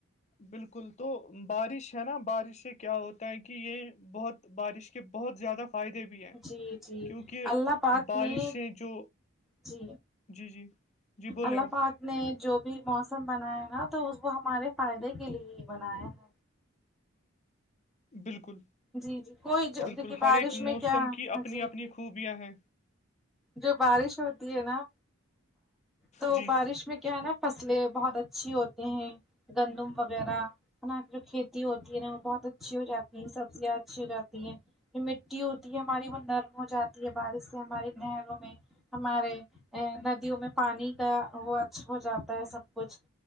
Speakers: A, on the left; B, in the centre.
A: بالکل تو بارش ہے نا بارش سے کیا ہوتا ہے کہ یہ بہت بارش کے بہت زیادہ فائدے بھی بھی ہیں
B: جی جی
A: کیونکہ
B: اللہ پاک
A: بارش
B: نے
A: سے جو
B: جی
A: جی جی جی بولے
B: اللہ
A: آپ
B: پاک نے جو بھی موسم بنایا نا تو اس ہمارے فائدے کے لیے ہی بنایا ہے
A: بالکل
B: جی جی کوئی دیکھیے
A: بالکل
B: بارش
A: ہر ایک
B: میں
A: موسم
B: کیا
A: کی اپنی
B: جی
A: اپنی
B: جی
A: خوبیاں ہیں
B: جو بارش ہوتی ہے نا تو
A: جی
B: بارش میں کیا ہے نا فصلیں بہت اچھی ہوتی ہیں گندم وغیرہ کی جو کھیتی ہوتی ہے نا وہ بہت اچھی ہو جاتی ہے سب اچھی جاتی ہیں یہ مٹی ہوتی ہے ہماری وہ نرم ہو جاتی ہے بارش سے ہماری نہروں میں ہمارے ا ندیوں میں پانی کا وہ اچھا ہو جاتا ہے سب کچھ